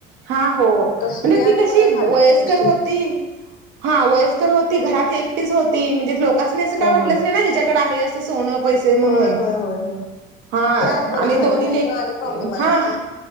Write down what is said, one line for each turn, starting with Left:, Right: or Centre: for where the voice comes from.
Right: हा हो.
Left: तस
Right: म्हणजे
Left: ते आणि
Right: ती कशी
Left: बरं झालं
Right: वयस्कर
Left: नशीब
Right: होती. हा वयस्कर होती. घरात एकटीच होती. म्हणजे लोकांसनी असं काय
Left: ह
Right: वाटलंच
Left: ह
Right: नाही ना. हीच्याकड आहे अस. सोनं पैसे म्हणून.
Left: होय होय होय होय
Right: हा
Left: ते बरं
Right: आणि
Left: झालं
Right: दोन्ही
Left: नाही
Right: ले,
Left: तर आणि प्रॉब्लेम आला
Right: हा.
Left: असत